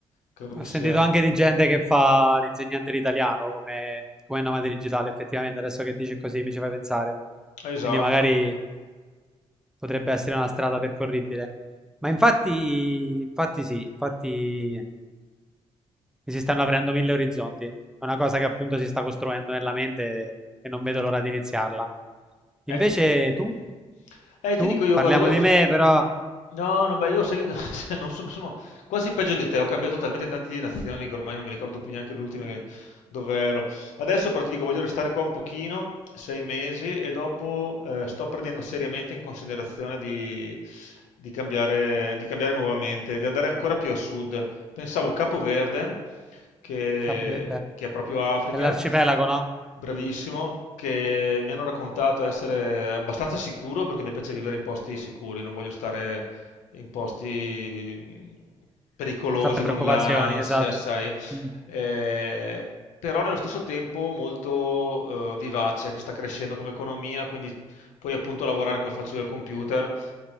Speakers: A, on the left; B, in the centre.
A: credo
B: Ho
A: che
B: sentito
A: sia
B: anche di gente che fa l'insegnante di italiano come, come nomade digitale, effettivamente adesso che dici così mi ci fai pensare.
A: Esatto.
B: Quindi magari potrebbe essere una strada percorribile. Ma infatti, infatti sì, infatti mi si stanno aprendo mille orizzonti. È una cosa che appunto si sta costruendo nella mente e non vedo l'ora di iniziarla. Invece
A: Eh, ti credo.
B: tu,
A: Eh,
B: tu,
A: ti dico io,
B: parliamo
A: guarda, io...
B: di me però,
A: No, no, beh, io sai che <laughs> se non sono, sono quasi peggio di te, ho cambiato talmente tante di nazioni che ormai non mi ricordo più neanche l'ultima che... dove ero. Adesso però ti dico, voglio restare qua un pochino, sei mesi, e dopo eh, sto prendendo seriamente in considerazione di, di cambiare, di cambiare nuovamente, di andare ancora più a sud. Pensavo Capoverde, che,
B: capo, beh,
A: che è proprio Africa,
B: è l'arcipelago, no?
A: bravissimo, che mi hanno raccontato essere abbastanza sicuro perché mi piace vivere in posti sicuri, non voglio stare in posti mh, pericolosi
B: Troppe
A: con
B: preoccupazioni,
A: l'ansia,
B: esatto.
A: sai.
B: Mm.
A: Eh, però nello stesso tempo molto eh, vivace, che sta crescendo come economia, quindi puoi appunto lavorare come faccio io al computer